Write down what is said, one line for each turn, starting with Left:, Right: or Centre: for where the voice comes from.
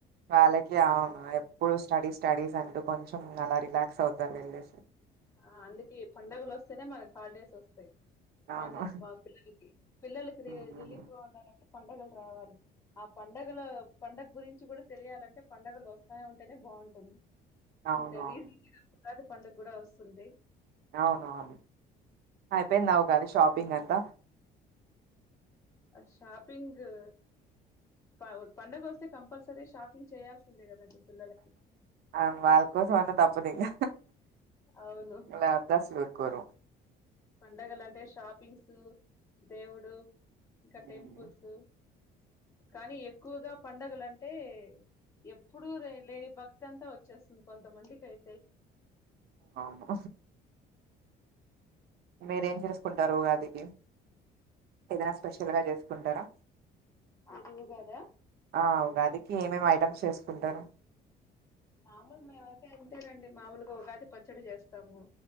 Right: వాళ్ళకి అవును ఎప్పుడు స్టడీస్ స్టడీస్ అంటూ కొంచెం అలా రిలాక్స్ అవుతారు వెళ్ళేసి
Left: ఆ అందుకనే పండుగలు వస్తేనే మనకి హాలిడేస్ వస్తాయి క
Right: అవును
Left: పా పిల్లలకి పిల్లలకి ర
Right: హ్మ్. హ్మ్.
Left: రిలీఫ్ ఉంటది పండగలు రావాలి ఆ పండగల పండగ గురించి కూడా తెలియాలంటే పండగలు వస్తా ఉంటేనే బాగుంటుంది
Right: అవునవును
Left: ఇంకా రీసెంట్ గా ఉగాది పండుగ కూడా వస్తుంది
Right: అవునవును అయిపోయింద ఉగాది షాపింగ్ అంతా
Left: ఆ షాపింగు ఆ పండగ వస్తే కంపల్సరీ షాపింగ్ చేయాల్సిందే కదండి పిల్లలకి
Right: అ వాళ్ళ కోసం అన్న తప్పుదు ఇగ
Left: అవును
Right: వాపస్ పెట్టుకొరు
Left: పండగలు అంటే షాపింగ్స్ దేవుడు ఇంకా
Right: హ్మ్.
Left: టెంపుల్స్ కానీ ఎక్కువగా పండగలు అంటే ఎప్పుడు లేని భక్తి అంతా వచ్చేస్తుంది కొంతమందికి అయితే
Right: అవును మీరేం చేసుకుంటారు ఉగాదికి ఏదైనా స్పెషల్గా చేసుకుంటారా
Left: అది ఉగాద
Right: ఆ ఉగాదికి ఏమేమి ఐటమ్స్ చేసుకుంటారు
Left: మామూలు మేమైతే అంతేనండి మామూలుగా ఉగాది పచ్చడి చేస్తాము